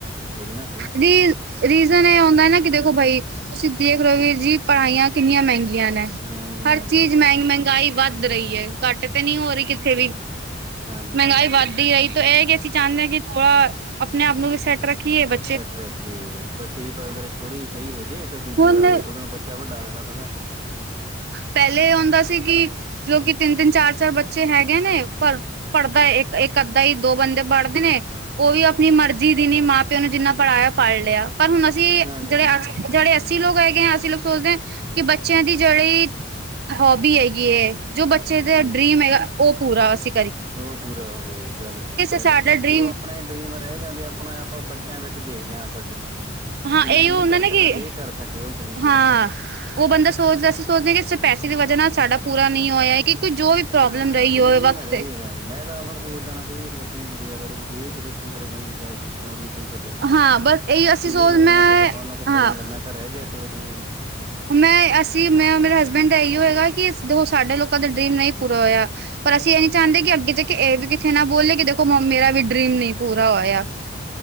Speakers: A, on the right (about 30°); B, on the right (about 55°).
A: ਹੋਜੇ ਨਾ ਸਈ।
B: ਦੀ ਰੀਜਨ ਇਹ ਹੁੰਦਾ ਨਾ ਕਿ ਦੇਖੋ ਬਾਈ ਤੁਸੀਂ ਦੇਖ ਰਹੋ ਵੀਰ ਜੀ ਪੜ੍ਹਾਈਆਂ ਕਿੰਨੀਆਂ ਮਹਿੰਗੀਆਂ ਨੇ
A: ਮਹਿੰਗੇ
B: ਹਰ
A: ਹਾਂ ਬਿਲਕੁਲ
B: ਚੀਜ਼ ਮਹਿੰਗ
A: ਬਿਲਕੁਲ
B: ਮਹਿੰਗਾਈ ਵੱਧ ਵੱਧ ਰਹੀ ਹੈ। ਘੱਟ ਤੇ ਨਹੀਂ ਹੋ ਰਹੀ। ਕਿੱਥੇ ਵੀ,
A: ਹਾਂਜੀ
B: ਮਹਿੰਗਾਈ
A: ਹਾਂਜੀ
B: ਵੱਧਦੀ ਰਹੀ ਤੇ ਇਹ ਕਿ ਅਸੀਂ। ਚਾਹਨੇ ਕਿ ਥੋੜਾ ਆਪਣੇ ਆਪ ਨੂੰ ਸੈਟ ਰੱਖੀਏ। ਬ
A: ਸੈੱਟ ਰੱਖੀਏ। ਬੱਚੇ ਦੀ ਪਰਵਰਿਸ਼ ਥੋੜ੍ਹੀ ਸਹੀ ਹੋ ਜਾਏ। ਫੇ਼ਰ ਦੂਜੇ
B: ਹੁਣ
A: ਦਾ ਉਦੋਂ ਚਾ ਵੱਡਾ ਹੋ ਜਾਏ ਥੋੜਾ।
B: ਪਹਿਲੇ ਹੁੰਦਾ ਸੀ ਕਿ ਲੋਕੀ ਤਿੰਨ -ਤਿੰਨ ਚਾਰ- ਚਾਰ ਬੱਚੇ ਹੈਗੇ ਨੇ। ਪਰ ਪੜ੍ਹਦਾ ਇੱਕ- ਇੱਕ -ਅੱਧਾ ਹੀ। ਦੋ ਬੱਚੇ ਪੜ੍ਹਦੇ ਨੇ
A: ਹਾਂਜੀ
B: ਉਹ
A: ਹਾਂਜੀ
B: ਵੀ ਆਪਣੀ ਮਰਜ਼ੀ ਦੀ ਨੀ। ਮਾਂ ਪਿਓ ਨੂੰ ਜਿੰਨਾ ਪੜ੍ਹਾਇਆ ਪੜ੍ਹ ਲਿਆ। ਪਰ ਹੁਣ ਅਸੀਂ
A: ਹਾਂਜੀ
B: ਕੀ ਜਿਹੜੇ
A: ਹਾਂ
B: ਅ ਜਿਹੜੇ ਅਸੀਂ ਲੋਕ ਹੈਗੇ ਆ। ਅਸੀਂ ਲੋਕ ਸੋਚਦੇ ਹਾਂ। ਕਿ ਬੱਚਿਆਂ ਦੀ ਜਿਹੜੀ ਹੋਬੀ ਹੈਗੀ ਹੇ। ਜੋ ਬੱਚੇ ਦਾ
A: ਹਾਂਜੀ
B: ਡਰੀਮ ਹੈਗਾ। ਉਹ ਪੂਰਾ ਸੀ।
A: ਉਹ ਪੂਰਾ ਹੋਵੇ। ਇਹ ਗੱਲ ਸਹੀ ਬਿਲਕੁਲ
B: ਸਾਡਾ ਡਰੀਮ
A: ਜਦੋਂ ਆਪਣੇ ਡਰੀਮ ਰਹਿ ਜਾਂਦੇ। ਆਪਣਾ ਆਪਾਂ ਬੱਚਿਆਂ ਵਿੱਚ ਦੇਖਦੇ ਹਾਂ। ਆਦਤ ਏ
B: ਹਾਂ
A: ਕੀ ਮੈਂ
B: ਇਹੀਓ
A: ਨਹੀਂ
B: ਹੁੰਦਾ
A: ਕਰ
B: ਨਾ ਕਿ
A: ਸਕਿਆ। ਤੇ ਇਹ ਕਰ ਸਕੇ ਉਹ ਡਰੀਮ ਪੂਰਾ।
B: ਹਾਂ ਉਹ ਬੰਦਾ ਸੋਚਦਾ। ਅਸੀਂ ਸੋਚਦੇ ਕਿ ਇਸ ਪੈਸੇ ਦੀ ਵਜ੍ਹਾ ਨਾਲ ਸਾਡਾ ਪੂਰਾ ਨਹੀਂ ਹੋਇਆ ਹੈ। ਕਿ ਕੋਈ ਜੋ ਵੀ ਪ੍ਰੋਬਲਮ
A: ਹਾਂ
B: ਰਹੀ
A: ਵੀ
B: ਹੋਵੇ
A: ਇਹ ਵੀ
B: ਵਕਤ
A: ਨਾ ਰਹੇ
B: ਤੇ
A: ਜੇ। ਮੈਂ ਤਾਂ ਆਪੁਣ ਸ ਹਾਂ ਕਈ ਵਾਰੀ ਆਪਣੀ ਗੁੜੀਆ ਬਾਰੇ ਵੀ ਜੇ ਕਿਤੇ ਸਿੰਗਰ ਬਣ ਹੀ ਜਾਏ। ਗਾਉਂਦੀ ਹੋਈ। ਕਿਤੇ
B: ਹਾਂ ਬਸ ਇਹੀ ਅਸੀਂ
A: ਤੇ
B: ਸੋਚ
A: ਇਹਦੇ ਬਾਰੇ ਮੈਂ ਕਿਤੇ ਕ ਨਾ ਕੋ
B: ਹਾਂ
A: ਕਰੂੰਗਾ। ਮੈਂ ਤਾਂ ਰਹਿ ਗਿਆ। ਚਲੋ ਜਿਵੇਂ ਵੀ
B: ਮੈਂ ਅਸੀਂ ਮੈਂ ਮੇਰੇ ਹਸਬੈਂਡ ਦਾ ਇਹੀ ਹੈਗਾ। ਕਿ ਸਾਡੇ ਲੋਕਾਂ ਦਾ ਡਰੀਮ ਨਹੀਂ ਪੂਰਾ ਹੋਇਆ। ਪਰ ਅਸੀਂ ਇਹ ਨੀ ਚਾਹੁੰਦੇ। ਕਿ ਅੱਗੇ ਜਾ ਕੇ ਇਹ ਵੀ ਕਿਤੇ ਨਾ ਬੋਲੇ। ਕਿ ਦੇਖੋ ਮਮੀ ਦਾ ਵੀ ਡਰੀਮ ਨਹੀਂ ਪੂਰਾ ਹੋਇਆ। <inaudible>